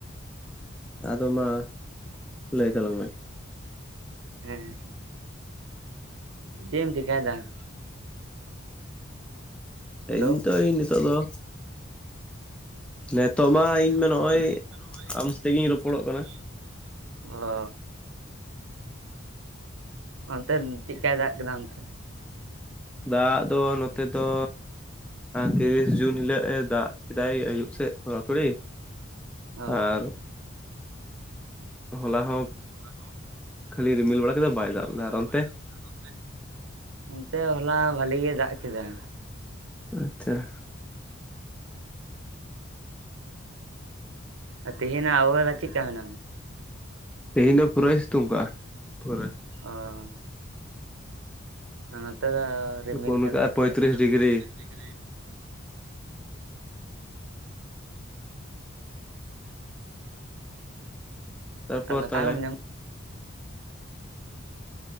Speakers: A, in the centre; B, on the right.
A: ᱚ ᱟᱫᱚ ᱢᱟ ᱞᱟᱹᱭ ᱛᱟᱞᱟᱝ ᱢᱮ,
B: ᱦᱮᱸ ᱪᱮᱢ ᱪᱤᱠᱟᱭ ᱫᱟ ‌‌? ᱦᱮᱞᱳ
A: ᱤ ᱱᱤᱛᱚᱜ ᱤᱧ ᱱᱤᱛᱚᱜ ᱫᱚ ᱱᱤᱛᱚᱜ ᱢᱟ ᱤᱧ
B: ᱦᱮᱸ ᱛᱚ
A: ᱱᱚᱜᱼᱚᱭ
B: ᱢᱟ ᱤᱧ ᱫᱚ ᱱᱚᱜᱼᱚᱭ
A: ᱟᱢ ᱥᱟᱛᱮᱜ ᱜᱤᱧ ᱨᱚᱯᱚᱲᱚᱜ
B: ᱟᱢᱥᱮᱛᱮᱜᱤᱧ
A: ᱠᱟᱱᱟ
B: ᱨᱚ ᱚ ᱚᱱᱛᱮ ᱪᱮᱜᱠᱟᱭ ᱫᱟᱜ ᱠᱮᱫᱟ ᱚᱱᱛᱮ?
A: ᱫᱟᱜ ᱫᱚ ᱱᱚᱛᱮ ᱫᱚ ᱛᱤᱨᱤᱥ ᱡᱩᱱ ᱦᱤᱞᱟᱹᱜ ᱮ ᱫᱟᱜ ᱠᱮᱫᱟᱭ ᱟᱹᱭᱩᱵ, ᱥᱮᱫ ᱛᱷᱚᱲᱟ ᱛᱷᱩᱲᱤ
B: ᱚ
A: ᱟᱨ, ᱦᱚᱞᱟ ᱦᱚᱸ,
B: ᱦᱚᱞᱟ ᱦᱚᱸ
A: ᱠᱷᱟᱹᱞᱤ ᱨᱤᱢᱤᱞ ᱵᱟᱲᱟ ᱠᱮᱫᱟ
B: ᱠᱷᱟᱹᱞᱤ
A: ᱵᱟᱭ
B: ᱨᱤᱢᱤᱞ
A: ᱫᱟᱜ ᱞᱮᱫᱟ
B: ᱵᱟᱲᱟ ᱠᱮᱫᱟ
A: ᱟᱨ ᱚᱱᱛᱮ
B: ᱵᱟᱭ ᱫᱟᱜ ᱠᱮᱜᱼᱟᱭ ᱟᱨ ᱚᱱᱛᱮ᱾ ᱚᱱᱛᱮ ᱦᱚᱞᱟ ᱵᱷᱟᱞᱤ ᱜᱮ ᱫᱟᱜ ᱠᱮᱫᱟ,
A: ᱟᱪᱪᱷᱟ᱾
B: ᱟᱨ ᱛᱮᱦᱮᱧᱟᱜ ᱚᱵᱷᱚᱣᱟ ᱪᱮᱜ ᱠᱟ ᱢᱮᱱᱟᱜ ᱢᱮ?
A: ᱛᱮᱦᱤᱧ ᱫᱚ ᱯᱩᱨᱟᱹᱭ ᱥᱤᱛᱩᱝ ᱠᱟᱜᱼᱟ ᱯᱩᱨᱟᱹ᱾
B: ᱚ, ᱱᱚᱛᱮ ᱫᱚ ᱨᱤᱢᱤᱞ
A: ᱯᱷᱳᱱ
B: ᱠᱟᱫᱟᱭ
A: ᱠᱟᱜᱼᱟ
B: ᱟ
A: ᱯᱚᱸᱭᱛᱨᱤᱥ ᱰᱤᱜᱽᱨᱤ
B: ᱯᱚᱸᱭᱛᱨᱤᱥ ᱰᱤᱜᱽᱨᱤ ᱾
A: ᱛᱟᱨᱯᱚᱨ
B: ᱯᱷᱟᱠᱟ
A: ᱛᱟᱦᱚᱞᱮ
B: ᱜᱮᱢ ᱧᱟᱢ